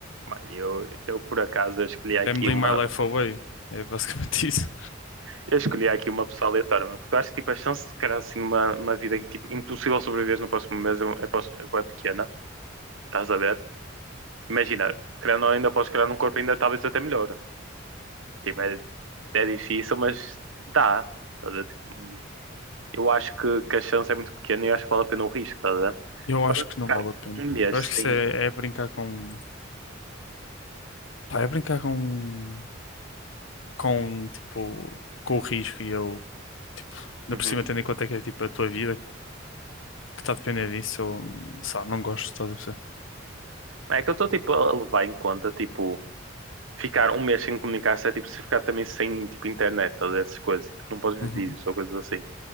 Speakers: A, on the right; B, on the left.
A: Mano, eu, eu por acaso eu escolhi aqui
B: Gambling
A: uma.
B: my life away. É basicamente <laughs> isso.
A: Eu escolhi aqui uma pessoa aleatória, mano, porque eu acho que tipo, a chance de criar assim uma uma vida em que tipo, impossível sobreviver no próximo mês é, um, é, é, pequena, estás a ver? Imagina, criando ainda podes criar um corpo ainda talvez até melhor. Tipo, é, é difícil, mas dá. estás a ver? Tipo, hum, eu acho que, que a chance é muito pequena e eu acho que vale a pena o risco, estás a ver?
B: Eu
A: Quando
B: acho que
A: eu ficar
B: não vale a pena.
A: um mês
B: Eu
A: sem,
B: acho que isso é, é brincar com. Pá, é brincar com. Com, tipo. Com o risco e eu. Tipo, ainda
A: Uhum.
B: por cima, tendo em conta que é tipo a tua vida que está a depender disso, eu. Sei lá, não gosto, estás a perceber?
A: É que eu estou tipo a levar em conta tipo ficar um mês sem comunicar-se é tipo se ficar também sem tipo internet, todas essas coisas, tipo, não podes
B: Uhum.
A: ver vídeos ou coisas assim.